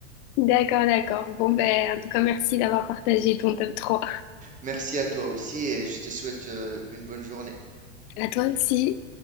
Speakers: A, on the left; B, on the right.
A: D'accord, d'accord. Bon, ben, en tout cas, merci d'avoir partagé ton top 3.
B: Merci à toi aussi et je te souhaite euh, une bonne journée.
A: À toi aussi.